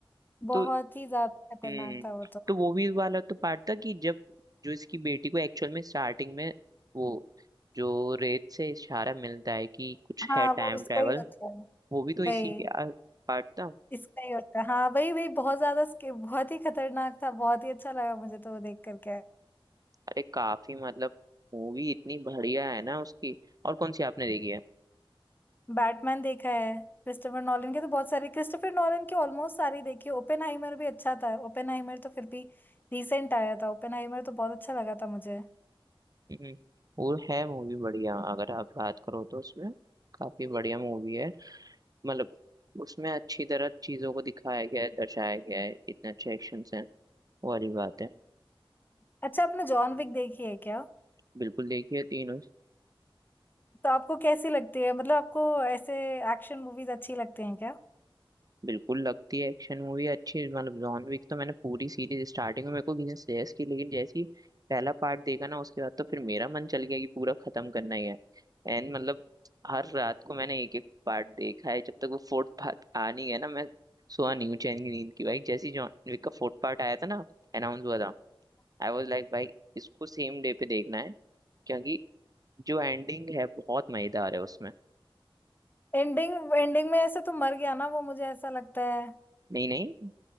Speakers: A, on the left (about 20°); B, on the right (about 40°).
A: बहुत
B: तो
A: ही ज्यादा खतरनाक
B: हम्म
A: था वो तो
B: तो वो भी वाला तो पार्ट था कि जब जो इसकी बेटी को एक्चुअल में स्टार्टिंग में वो जो रेत से इशारा मिलता है कि कुछ
A: हाँ
B: है टाइम
A: वो उसका
B: ट्रेवल
A: ही होता है
B: वो भी तो इसी
A: भाई
B: के पार्ट था
A: इसका ही होता है हाँ भाई भाई बहुत ज्यादा स्के- बहुत ही खतरनाक था बहुत ही अच्छा लगा मुझे तो वो देख करके
B: अरे काफी मतलब मूवी इतनी बढ़िया है ना उसकी और कौन सी आपने देखी है
A: बैटमैन देखा है क्रिस्टोफर नॉलन के तो बहुत सारे क्रिस्टोफर नॉलन के ऑलमोस्ट सारे देखी ओपेनहाइमर भी अच्छा था ओपेनहाइमर तो फिर भी रिसेंट आया था ओपेनहाइमर तो बहुत अच्छा लगा था मुझे
B: हम्म, वो है मूवी बढ़िया अगर आप बात करो तो उसमें काफी बढ़िया मूवी है मतलब उसमें अच्छी तरह चीजों को दिखाया गया है दर्शाया गया है इतने अच्छे एक्शन हैं वो वाली बात है
A: अच्छा आपने जॉन विक देखी है क्या
B: बिल्कुल देखिए तीनों
A: तो आपको कैसी लगती है मतलब आपको ऐसे एक्शन मूवीज अच्छी लगती हैं क्या
B: बिल्कुल लगती है एक्शन मूवी अच्छी मतलब जॉन विक तो मैंने पूरी सीरीज स्टार्टिंग में मेरे को किसी ने सजेस्ट की लेकिन जैसे ही पहला पार्ट देखा ना उसके बाद तो फिर मेरा मन चल गया कि पूरा खत्म करना ही है एंड मतलब हर रात को मैंने एक एक पार्ट देखा है जब तक वो फोर्थ पार्ट आ नहीं गया ना मैं सोया नहीं हूँ चैन की नींद की भाई जैसे ही जॉन विक का फोर्थ पार्ट आया था ना अनाउंस हुआ था आई वॉज लाइक भाई इसको सेम डे पे देखना है क्योंकि जो एंडिंग है बहुत मजेदार है उसमें
A: एंडिंग एंडिंग में ऐसे तो मर गया ना वो मुझे ऐसा लगता है
B: नहीं नहीं